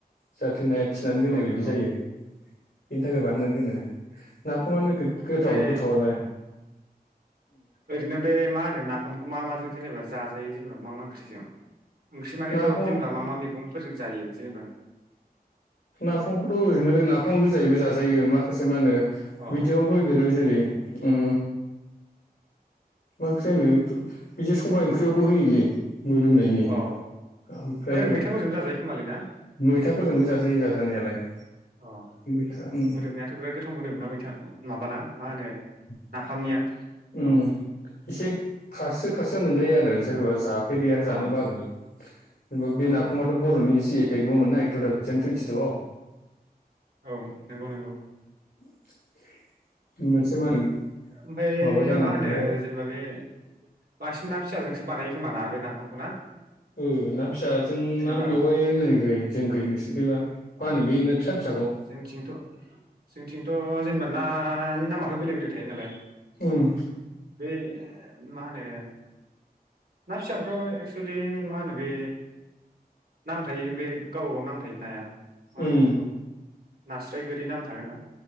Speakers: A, on the left; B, on the right.
A: जाथे नाया थिनानै दोननाय
B: औ
A: बायदि
B: नंगौ
A: जायो बेनि थाखाय बानायना दोनो नाखौ माने गोथाव
B: ओमफ्राय
A: गोथावलाय
B: ओरैनो बे मा होनो नाफामखौ मा माजों जेनेबा जाजायो जेनेबा मा मा ओंख्रिजों ओंख्रि मानेथ'
A: नाफामा
B: जेनेबा मा मा मैगंफोरजों जायो जेनेबा
A: नाफामखौथ' ओरैनो नाफाम गोजायैबो जाजायो माखासे मा होनो
B: अ
A: बिदियाव होदेरो जेरै ओ मख्रिनो बिदि सबायाइ ओंख्रियावबो होयोलै मोदोमनायनि
B: अ
A: ओमफ्राय
B: मैथाफोरजों जाजायो खोमालै ना?
A: मैथाफोरजोंबो जाजायो जाजानायालाय
B: अ
A: मैथा उम
B: मोदोमनायाथ' बिराद गोथाव मोदोमनाा मैथा माबाना मा होनो
A: उ
B: नाफामनिया औ
A: एसे खारसो खारसो मोनजायो आरो जेनबा जाफेरिया जानो
B: अ
A: बागोन जेनबा बे
B: औ
A: नाफामाथ' बर'नि जि आइ टेकबो मोननाय टु थावजेन टुइेटिटुव
B: औ नंगौ नंगौ
A: <unintelligible> <inaudible> मा होनो
B: ओमफफ्राय
A: माबा जानानै
B: मा होनो
A: थानाय
B: जेनेबा बे बांसिन ना फिसाजों बानायो खोम ना बे नाफामखौ ना?
A: ओ ना फिसाजों
B: जेनेबा
A: ना मेवाइ होननायखै जोंखै नोंसोरथिबा
B: अ
A: मा होनो बे फिसा फिसाखौ
B: जोंथिंथ' जोंथिंथ' जेनेबा नानि नामाथ' बेलेग बेलेग थायो नालाय
A: उम
B: बे मा होनो ना फिसाखौथ' एक्सलि मा होनो बे नाम थायो बे गावबा गाव नाम थायो नाया मा
A: उम
B: होनो बेखौ नास्राय गोरि नाम थागोन ना